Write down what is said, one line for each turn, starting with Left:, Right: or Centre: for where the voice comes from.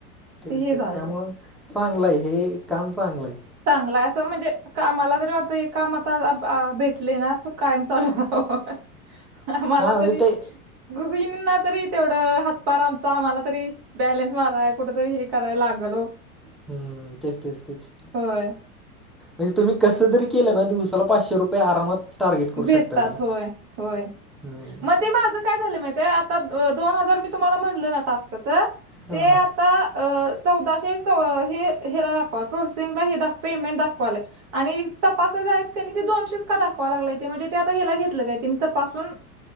Centre: ते
Right: हे झालं
Centre: त्यामुळ चांगलं आहे, हे काम चांगलं आहे
Right: चांगलय असं म्हणजे का मला तरी वाटत हे काम आता भेटले ना अस कायम चालू रहाव मला
Centre: हा
Right: तरी
Centre: ते
Right: गृहिणीना तरी तेवढं हातपार आमचा आम्हाला तरी बॅलंस माराय कुठे तरी हे कराय लागल हो
Centre: हम तेच, तेच, तेच
Right: होय
Centre: हे तुम्ही कसं जरी केलं ना दिवसाला पाचशे रुपये आरामात टार्गेट करू
Right: भेटतात
Centre: शकताय त्याला.
Right: होय, होय
Centre: हम्म
Right: मग ते माझं काय झालं माहिती आता दोन हजार मी तुम्हाला म्हणल ना टास्काच ते
Centre: हा
Right: आता
Centre: हा.
Right: अ चौदाशे च हेला दाखवा प्रोसेसिंगला हे दाखवलं पेमेंट दाखवाल आणि तपासा आहेत का ते दोनशेच का दाखवा लागय ते म्हणजे ते आता हिला घेतलं काय त्यांनी तप पासून